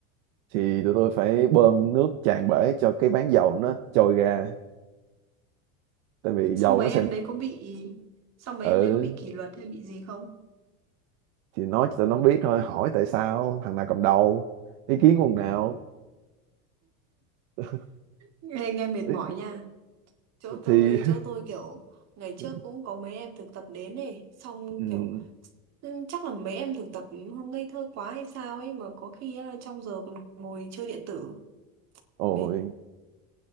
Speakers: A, on the right; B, on the right.
A: thì tụi tôi phải bơm nước tràn bể cho cái bán dầu nó trôi ra tại vì
B: Xong
A: dầu
B: mấy
A: nó sẽ
B: em đấy có bị xong mấy
A: ừ
B: em đấy có bị kỷ luật hay bị gì không?
A: thì nói cho tụi nó biết thôi hỏi tại sao thằng nào cầm đầu ý kiến của thằng nào <laughs>
B: Ê, nghe mệt
A: Ý-
B: mỏi nha. Chỗ
A: thì
B: tôi chỗ tôi kiểu ngày trước
A: <laughs>
B: cũng có mấy em thực tập đến này xong
A: ừ,
B: kiểu Ừ, Chắc là mấy em thực tập ngây thơ quá hay sao ấy mà có khi á, trong giờ còn ngồi chơi điện tử
A: ôi
B: mệt.